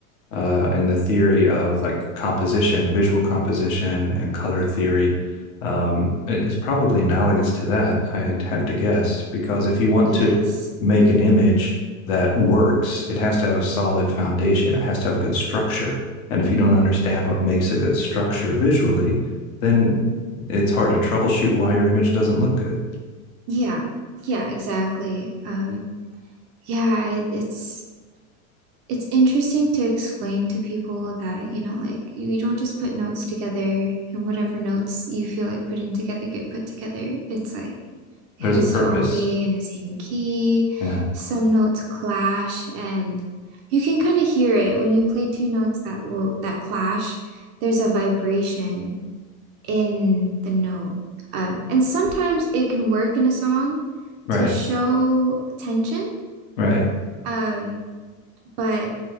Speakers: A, on the left; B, on the right.
A: uh, in the theory of like composition, visual composition, and color theory um, it- it's probably analogous to that, I'd have to guess, because if you want
B: Yes.
A: to make an image that works, it has to have a solid foundation, it has to have a good structure. And if you
B: hmm
A: don't understand what makes a good structure visually, then it's hard to troubleshoot why your image doesn't look good.
B: Yeah. Yeah, exactly. Um, yeah, I, it's it's interesting to explain to people that, you know, like you, don't just put notes together and whatever notes you feel like putting together get put together. It's like it
A: There's
B: has
A: a purpose.
B: to all be in the same key.
A: Yeah.
B: Some notes clash and you can kind of hear it when you play two notes that will that clash. There's a vibration in the note. Um, and sometimes it can work in a song
A: Right.
B: to show tension.
A: Right.
B: Um, but